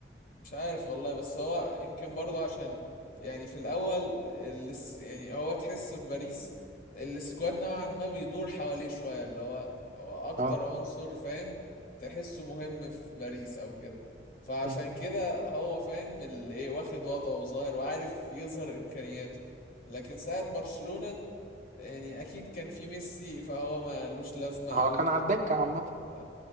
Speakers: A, on the left (about 50°); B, on the right (about 40°).
A: مش عارف والله بس هو يمكن برضه عشان يعني في الاول الس- يعني هو تحس في باريس السكواد نوعا ما بيدور حواليه شويه اللي هو هو اكتر
B: اه
A: عنصر فاهم تحسه مهم في باريس او كده فعشان
B: مم.
A: كده هو فاهم اللي ايه واخد وضعه وظاهر وعارف يظهر امكانياته لكن ساعة برشلونة يعني اكيد كان في ميسي فهو مالوش لازمه
B: هو
A: قوي
B: كان على الدكة عامة
A: اه